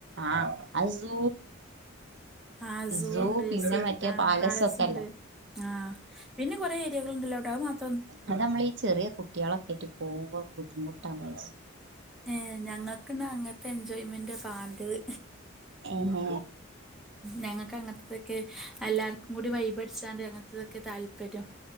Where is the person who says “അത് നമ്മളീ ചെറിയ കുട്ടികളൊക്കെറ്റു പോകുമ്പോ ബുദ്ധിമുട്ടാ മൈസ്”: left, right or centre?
Right